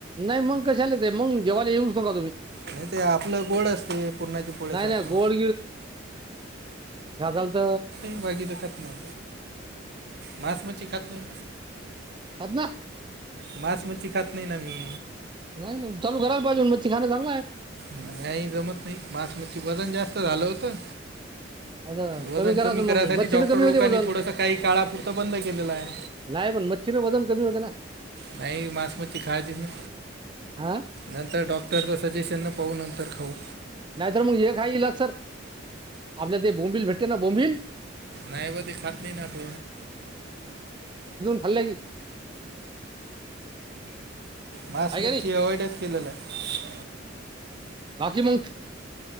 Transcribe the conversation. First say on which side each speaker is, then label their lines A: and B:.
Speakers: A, on the right; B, on the right.
A: नाही मग कशाला मग जेवाला येऊ नका तुम्ही
B: नाही ते आपलं गोड असते पुर्णाच्या पोळ्या
A: नाही
B: सारखं
A: नाही गोड आता
B: बागीच खात नाही मस मची खात नाही
A: हात ना
B: मास मच्छी खात नाही ना मी
A: नाही चाू घराला पाजे मच्च खा जाग
B: नाही जमत नाही मसमच्छ वजन जास्त झालं होतं
A: आता
B: वजन
A: करायचं
B: कमी
A: मग
B: करायसाठी
A: मच्छीनं
B: डॉक्टर
A: कमी
B: लोकांनी
A: होते वजन
B: थोडस काही काळापुरतं बंद केलेलं आहे
A: नाही पण मच्छीर वजन कमी होते ना
B: नाही मसमी खाचीस ना
A: हा
B: नंतर डॉक्टरचं सजेशन न पाहू नंतर खाऊ
A: नाहीतर मग हे काय गला सर आपल्या ते बोंबिल भेटते ना बोंबिल
B: नाहीव ते खात नाही ना प
A: भा लागे
B: मासमुचची
A: आहे का नाही
B: अवॉइडच केलेलं आहे
A: राखी मत